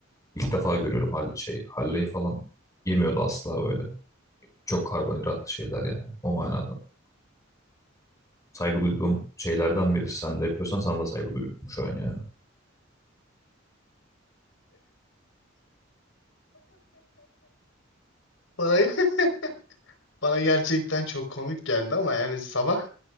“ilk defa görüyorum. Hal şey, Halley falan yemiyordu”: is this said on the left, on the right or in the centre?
Left